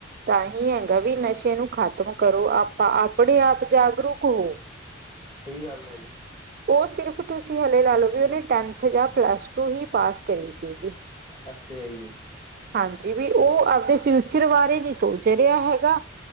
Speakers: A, on the right (about 50°); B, on the left (about 20°).
A: ਤਾਂ ਹੀ ਹੈਗਾ ਵੀ, ਨਸ਼ੇ ਨੂੰ ਖ਼ਤਮ ਕਰੋ, ਆਪਾਂ ਆਪਣੇ ਆਪ ਜਾਗਰੂਕ ਹੋ।
B: ਸਹੀ ਗੱਲ ਆ ਜੀ।
A: ਉਹ ਸਿਰਫ਼ ਤੁਸੀਂ ਹਾਲੇ ਲਾ ਲਓ, ਵੀ ਉਹਨੇ ਟੈਨਥ ਜਾਂ ਪਲੱਸ ਟੂ ਹੀ ਪਾਸ ਕਰੀ ਸੀਗੀ।
B: ਅੱਛੇ ਆ ਜੀ।
A: ਹਾਂਜੀ, ਵੀ ਉਹ ਆਪਦੇ ਫਿਊਚਰ ਬਾਰੇ ਨੀ ਸੋਚ ਰਿਹਾ ਹੈਗਾ।